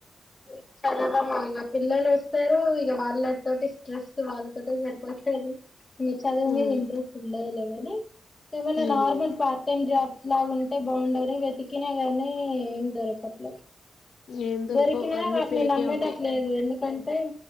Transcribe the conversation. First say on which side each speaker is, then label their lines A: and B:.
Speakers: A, on the left; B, on the left.
A: <unintelligible> ఇగ పిల్లలు వస్తారు ఇగ వాళ్ళ తొటి స్ట్రెస్ వాళ్ళ తొటె సరిపోతాది. ఇంక చదువు
B: మ్మ్.
A: మీద ఇంట్రెస్ట్ ఉండాదులేగానీ ఏమైనా
B: మ్మ్.
A: నార్మల్ పార్ట్ టైమ్ జాబ్స్ లాగా ఉ టె బౌండరీ వెతికినా గాని ఏం దొరకట్లా
B: ఏం దొరకవు
A: దొరికినా
B: అన్ని
A: వాటిని
B: ఫేకే
A: నమ్మేటట్లేదు
B: ఉంటాయి
A: ఎందుకంటే